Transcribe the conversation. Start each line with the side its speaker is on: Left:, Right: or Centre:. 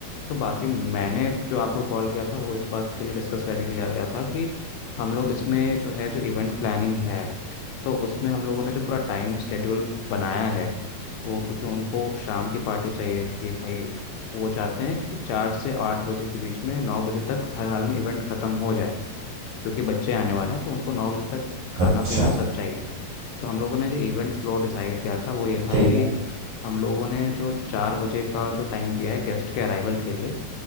Left: तो बाकी मैंने जो आपको कॉल किया था वो इस बात के लिए डिस्कस करने के लिए आया था कि हम लोग इसमें जो है जो इवेंट प्लानिंग है तो उसमें हम लोगों ने जो पूरा टाइम स्केड्यूल बनाया है वो क्योंकि उनको शाम की पार्टी चाहिए कि भाई वो चाहते हैं कि चार से आठ बजे के बीच में नौ बजे तक हर हाल में इवेंट खत्म हो जाए क्योंकि बच्चे आने वाले हैं तो उनको नौ बजे तक खाना
Right: अच्छा
Left: पीना सब चाहिए तो हम लोगों ने जो इवेंट फ्लो डिसाइड किया था वो ये था
Right: ठीक
Left: कि
Right: है।
Left: हम लोगों ने जो चार बजे का जो टाइम दिया है गेस्ट के अराइवल के लिए